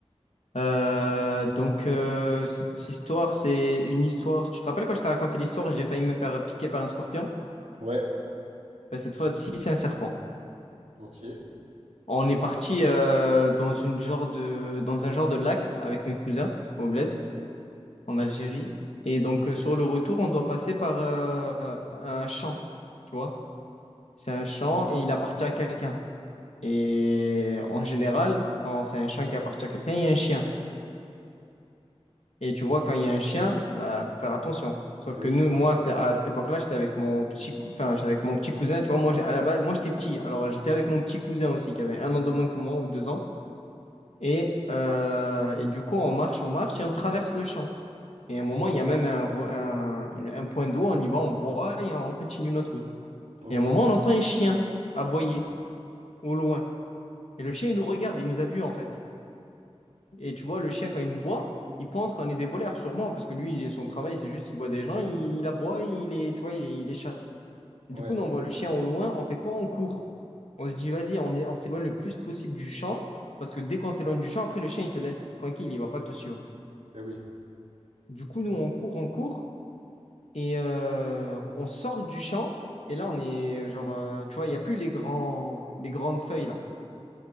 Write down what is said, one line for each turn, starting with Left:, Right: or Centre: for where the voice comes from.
Left: Euh, donc, euh, cette histoire, c'est une histoire. Tu te rappelles quand je t'ai raconté l'histoire, j'ai failli me faire piquer par un scorpion?
Right: Ouais,
Left: Ben, cette fois-ci, c'est un serpent.
Right: ok. Eh
Left: On est parti euh, dans une genre de, dans un genre de lac avec mes cousins au Bled, en Algérie. Et donc, euh, sur le retour, on doit passer par euh, un champ. Tu vois? C'est un champ et il appartient à quelqu'un. Et en général, quand c'est un champ qui appartient à quelqu'un, il y a un chien. Et tu vois, quand il y a un chien, bah, faut faire attention. Sauf
Right: oui,
Left: que nous, moi, c'est à cette époque-là, j'étais avec mon petit, cou- enfin, j'étais avec mon petit cousin. Tu vois, moi, j'ai- à la base, moi, j'étais petit. Alors, j'étais avec mon petit cousin aussi, qui avait un an de moins que moi ou deux ans. Et, euh, et du coup, on marche, on marche et on traverse le champ. Et à un moment, il y a même un, ro- un, un point d'eau. On y va, on boit et on continue notre route.
Right: ok.
Left: Et à un moment, on entend un chien aboyer au loin. Et le chien, il nous regarde, il nous a vus en fait. Et tu vois, le chien, quand il nous voit, il pense qu'on est des voleurs, sûrement, parce que lui, son travail, c'est juste, il voit des gens, il, il aboie, il les, tu vois, il, les il les chasse. Du
Right: Ouais,
Left: coup, nous, on voit le chien au loin, on fait quoi? On court. On se dit, vas-y, on est, on s'éloigne le plus possible du champ, parce que dès qu'on s'éloigne du champ, après, le chien, il te laisse tranquille, il va pas te suivre.
Right: eh oui,
Left: Du coup, nous, on court, on court, et euh, on sort du champ, et là, on est, euh, genre, euh, tu vois, il n'y a plus les grands, les grandes feuilles, là.